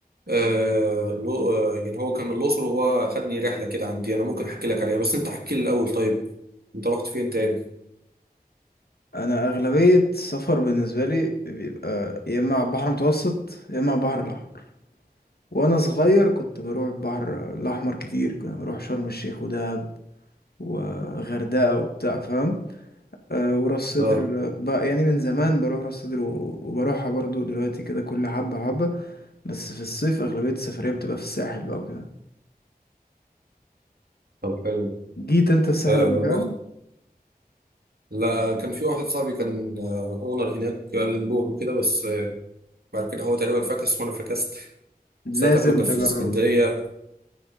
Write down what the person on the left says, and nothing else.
انا اغلبيه السفر بالنسبه لي بيبقى يا اما على البحر المتوسط يا اما على البحر الاحمر وانا صغير كنت بروح البحر الاحمر كتير كنت بروح شرم الشيخ ودهب وغردقه وبتاع فاهم أه وراس صدر
آه، بقى يعني من زمان بروح راس صدر و- وبروحها برضو دلوقتي كده كل حبه حبه بس في الصيف اغلبيه السفريه بتبقى في الساحل بقى وكده
جيت انت الساحل
قبل كده
انا
لازم
كنت
تجرب